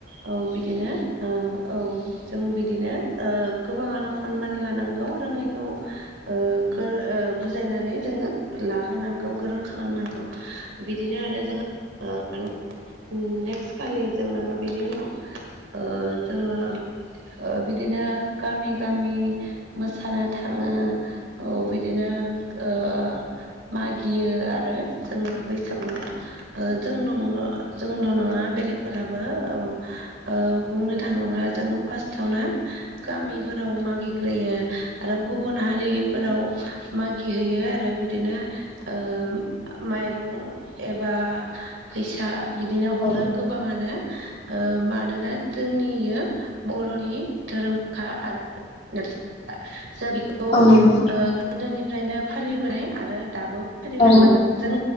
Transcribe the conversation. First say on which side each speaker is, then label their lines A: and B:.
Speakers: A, on the right; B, on the left.
A: औ बिदिनो ओ औ जों बिदिनो ओ गोबाङानो सन्मान लानांगौ रोङैखौ ओ गोर ओ बुजायनानै जोङो लाहोनांगौ
B: औ
A: गोरों खालामनांगौ बिदिनो आरो जोङो नेक्स्ट खालि जोङो बिनि उनाव ओ जोङो ओ बिदिनो गामि मि मोसानो थाङो औ बिदिनो ओ मागियो आरो जोङो बैसागुआव ओ जोंल' <unintelligible> जोंल' नङा बेलेगफोराबो औ ओ बुंनो थाङोब्ला जों फास्टआवनो फोराव मागिग्रोयो आरो गुबुन हारिफोराव मागि हैैयो आरो बि बिदिनो ओ माइरं एबा फैसा बिदिनो ह
B: औ
A: रो गोबाङानो ओ मानोना जोंनि इयो बर'नि धोरोमखा आरो <unintelligible> जों बेखौ
B: औ नंगौ
A: ओ गोदोनिफ्रायनो फालिबोनाय आरो दाबो फालांनांगोन
B: औ नंगौ औ
A: जों